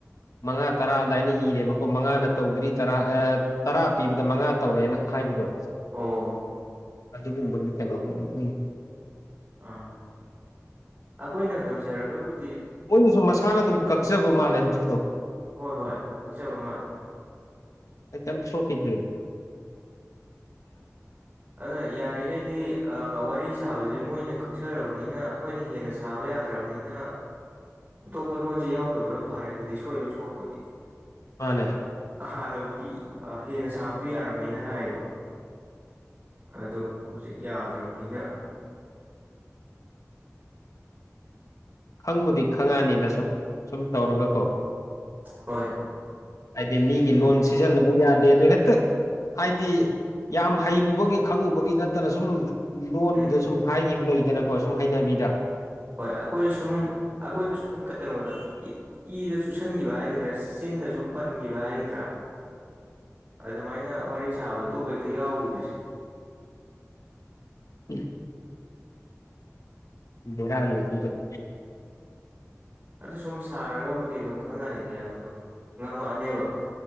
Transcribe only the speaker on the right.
ꯑꯣ
ꯑꯥ ꯑꯩꯈꯣꯏꯅ ꯉꯝꯖꯔꯒꯕꯨꯗꯤ
ꯍꯣꯏ ꯍꯣꯏ ꯀꯛꯆꯕ ꯃꯥꯜꯂꯦ
ꯑꯗꯨꯅ ꯌꯥꯔꯤꯉꯩꯗꯤ ꯑꯥ ꯋꯥꯔꯤ ꯁꯥꯕꯁꯦ ꯃꯣꯏꯅ ꯀꯛꯆꯔꯕꯅꯤꯅ ꯑꯩꯈꯣꯏꯅ ꯍꯦꯟꯅ ꯁꯥ ꯁꯥꯥꯕ ꯌꯥꯗ꯭ꯔꯕꯅꯤꯅ ꯑꯇꯣꯞꯄ ꯂꯣꯟꯁꯤꯦ ꯌꯥꯎꯗꯕꯅ ꯐꯔꯦ ꯑꯗꯨꯗꯤ ꯁꯣꯏꯗꯧ ꯁꯧꯔꯛꯄꯨꯗꯤ
ꯍꯥꯟꯅꯕꯨꯗꯤ ꯍꯦꯟꯅ ꯁꯥꯕꯗꯨ ꯌꯥꯔꯝꯃꯦꯅ ꯍꯥꯏꯌꯦꯕ ꯑꯗꯣ ꯍꯧꯖꯤꯛ ꯌꯥꯗ꯭ꯔꯕꯅꯤꯅ
ꯍꯣꯏ
ꯎꯝ
ꯍꯣꯏ ꯑꯩꯈꯣꯏ ꯁꯨꯝ ꯑꯩꯈꯣꯏꯗ ꯁꯨꯝ ꯀꯩꯅꯣꯗ ꯏꯗ ꯆꯨꯁꯟꯒꯤꯕ ꯍꯥꯏꯒꯗ꯭ꯔꯥ ꯆꯤꯟꯗ ꯁꯨꯝ ꯄꯟꯒꯤꯕ ꯍꯥꯏꯒꯗ꯭ꯔꯥ ꯑꯗꯨꯃꯥꯏꯅ ꯋꯥꯔꯤ ꯁꯥꯕꯗ ꯇꯣꯞ ꯍꯦꯛꯇ ꯌꯥꯎꯒꯤꯕꯖꯤ
ꯑꯗꯨ ꯁꯨꯝ ꯁꯥꯔꯒꯕꯨꯗꯤ ꯑꯗꯨꯝ ꯈꯪꯉꯛꯑꯅꯤꯗꯤ ꯏꯌꯥꯝꯅ ꯑꯗꯨꯝ ꯉꯝꯃꯛꯑꯅꯦꯕ